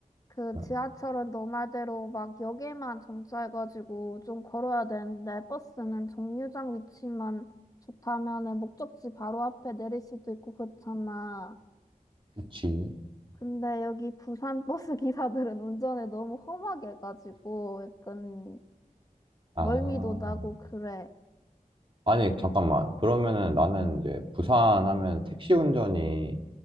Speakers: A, on the left; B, on the right.
A: 그
B: 어,
A: 지하철은 너 말대로 막 역에만 정차해가지고 좀 걸어야 되는데 버스는 정류장 위치만 좋다면은 목적지 바로 앞에 내릴 수도 있고 그렇잖아.
B: 그치.
A: 근데 여기 부산 버스 <laughs> 기사들은 운전을 너무 험하게 해가지고 약간 멀미도
B: 아,
A: 나고 그래.
B: 아니, 잠깐만. 그러면은 나는 이제 부산 하면 택시 운전이